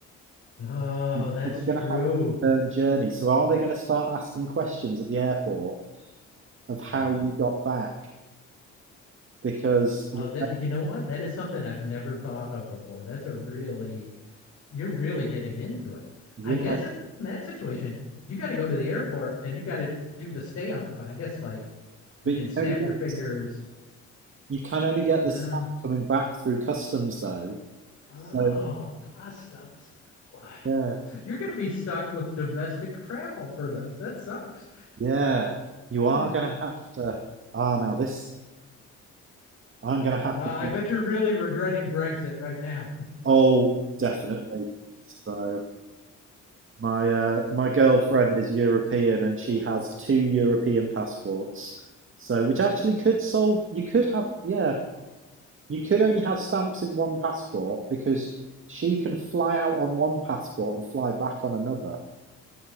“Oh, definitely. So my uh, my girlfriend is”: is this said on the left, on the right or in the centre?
Right